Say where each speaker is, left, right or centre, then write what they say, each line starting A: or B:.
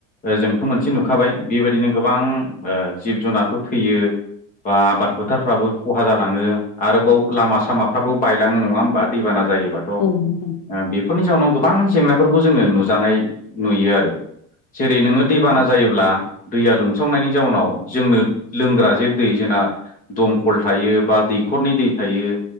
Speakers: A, on the left; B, on the left.
A: ओ जोंथ' मोनसे नुखाबाय बेबायदिनो गोबां जिब ओ जुनारफोर थैयो। बा आबाद फोथारफ्राबो खहा जालांङो आरोबाव लामा साम सामाफ्राबो बायलांङो नंङा होमबा? दैबाना जायोबाथ' ओ
B: औ नोंथां औ नोंथां
A: बि फोरनि जाउनाव गोबां जेंनाफोरखौ जोंङो नुजानाय नुयो आरो। जेरै नोंङो दैबाना
B: औ नोंथां
A: जायोब्ला दैया लोमसावनायनि जाउनाव जोंनो लोंग्रा जे दै जोंना दमखल थायो बा दैखरनि दै थायो।